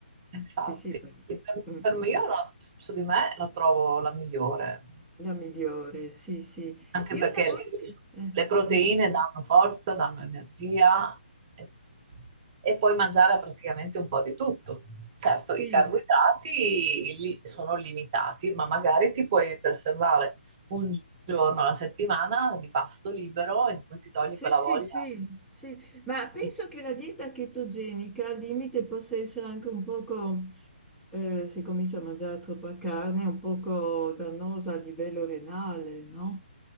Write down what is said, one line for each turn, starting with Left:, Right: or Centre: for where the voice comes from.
Right: Infatti,
Centre: Sì, sì, perché-
Right: per,
Centre: mm,
Right: per
Centre: mm,
Right: me io
Centre: mm.
Right: la- su di me la trovo la migliore,
Centre: La migliore, sì, sì.
Right: anche
Centre: Io
Right: perché
Centre: una volta,
Right: le,
Centre: eh,
Right: le proteine
Centre: dimmi.
Right: danno forza, danno energia e, e puoi mangiare praticamente un po' di tutto. Certo,
Centre: Sì,
Right: i carboidrati li- sono limitati, ma magari ti puoi preservare un giorno alla settimana di pasto libero in cui ti togli
Centre: sì,
Right: quella
Centre: sì,
Right: voglia.
Centre: sì, sì, ma penso
Right: di
Centre: che la dieta chetogenica al limite possa essere anche un poco, eh, se comincia a mangiare troppa carne, un poco dannosa a livello renale, no?